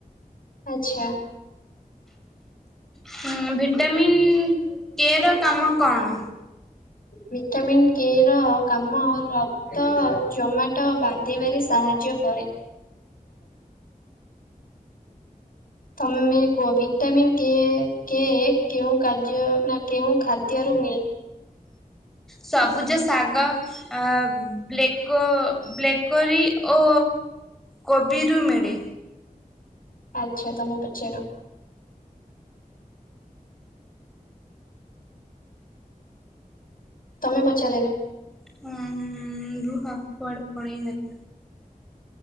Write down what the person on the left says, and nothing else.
ଆଚ୍ଛା।
ଭିଟାମିନ୍ କେ ର କାମ ର ତ ଜମାଟ ବାନ୍ଧିବାରେ ସାହାଯ୍ୟ କରେ। ତୋମେ କୁହ ଭଟାମିିନ୍ କେ କେ କେଉଁ କାର୍ଯ୍ୟ ନା କେଉଁ ଖାଦ୍ୟରୁ ମିଳେ?
ଆଚ୍ଛା ତୋମେ ପଚାର। ତୋମେ ପଚାର ଏବେ।